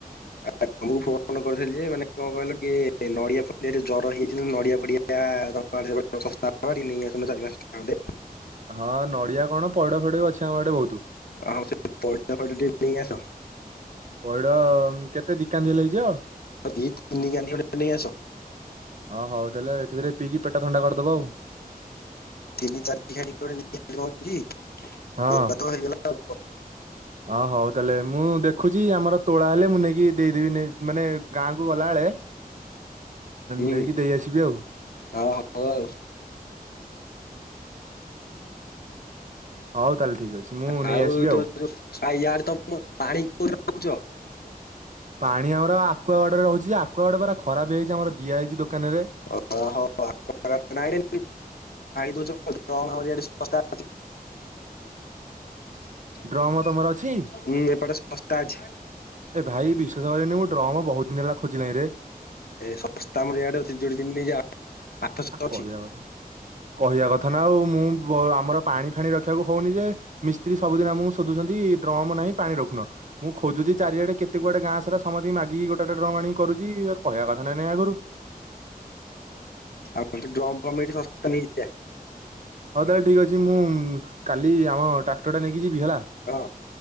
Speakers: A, on the left (about 80°); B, on the right (about 50°).
A: ତମକୁ ଫୋନ କରିଥିଲି ଯେ ମାନେ କଣ କହିଲ କି ନଡିଆ ଫଡିଆ ଜର ହେଇଛି ନଡିଆ ଫଡିଆ ଶବ ନେଇସ ଚାରି ପାଞ୍ଚେ
B: ହଁ ନଡିଆ କଣ ପଇଡ ଫଡ ଅଛି ଆମ ଗଡେ ବହୁତ
A: ହଁ ସେ ପା ନେଇସ
B: ବଡ କେତେ ଦିକାନ୍ଦ ଲାଗ
A: ଦି ତିନି ଗାଣ୍ଡି ଖଣ୍ଡେ ନେଇ ଆସ।
B: ଁ ହଉ ତାଲେରେ ପିଇକି ପେଟ ଥଣ୍ଡା କରି ଦବାଉ <unintelligible>
A: ତିି ଚାରି ଖାଡି କି <inaudible>
B: ହଁ!
A: ଭଲ ତ ହେଇଗଲା ଆଉ।
B: ଅ ହଉ ତାହେଲେ ମୁଁ ଦେଖୁଛି, ଆମର ତୋଳା ହେଲେ ମୁଁ ନେଇକି ଦେଇଦେବି ମାନେ, ଗାଁ କ ଗଲା ବଳେ
A: ହୁଁ
B: ନେଇକି ଦେଇ ଆସିବି ଆଉ।
A: ହଁ ହଉ ଆଉ।
B: ହଉ! ତାହେଲେ ଠିକ୍ ଅଛି ମୁଁ
A: ଆଉ
B: ନେଇ ଆସିବି
A: ତୋ ଡ ତମ ପାଣି କୋଉ ରଖୁଛ <inaudible> ହ ହ <unintelligible>
B: ପାଣି ଆମର ଆକୁୁଆଗଡରେ ରହୁଛି, ଆକୁୁଆ ଗଡ ପୁରା ଖରାପ ହେଇଯାଇଛି ଆମର ଦିଆହଇଛି ଦୋକାନରେ।
A: ଓ ହଛ ପାଣି ଦଉଛ ଚଙ୍କା <unintelligible>
B: ଡ୍ରମ ତମର ଅଛି?
A: ହୁଁ ଏପଟେ ଶସ୍ତା ଅଛି।
B: ଏ ଭାଇ ବିଶ୍ୱାସ କରରେନି ମୁଁ ଡ୍ରମ୍ ମୋ ବହୁତ ଦିନ ହେଲା ଖୋଜିଲିଣି ନଇଁ ରେ
A: ଶସ୍ତାମରେଆଡ ଅଛି ଯୋ ଆଠଶ
B: ଆ
A: ଅଛି।
B: କହିବା କଥା କହିବା କଥା। ଥ ନା ଆଉ ମୁଁ ଆମର ପାଣି ପାଣି ରଖିବାକୁ ହେଉନି ଯେ, ମିସ୍ତ୍ରୀ ସବୁଦିନ ଆମକୁ ଶୋଧୁଛନ୍ତି ଡ୍ରମ୍ ନାହିଁ ପାଣି ରଖୁନ। ମୁଁ ଖୋଜୁଛି ଚାରିଆେ କେତେ ଗୁଆଡେ ଗାଁ ସାରା ସମତିକି ମାଗିକି ଗୋଟା ଗୋଟେ ଡ୍ରମ୍ ଆଣି। କରୁଛି, କହିବା କଥା ନା ନାହିଁ ଆଗରୁ।
A: ଆମ ଡ୍ରମ୍ ପ୍ରମ୍ ଏଠି ଶସ୍ତା ନେଇଯା।
B: ହଉ ତାହେଲେ ଠିକ ଅଛି ମୁଁ କାଲି ଆମ ଟ୍ରାକ୍ଟର ଟା ନେଇକି ଯିବି ହେଲା,
A: ହଁ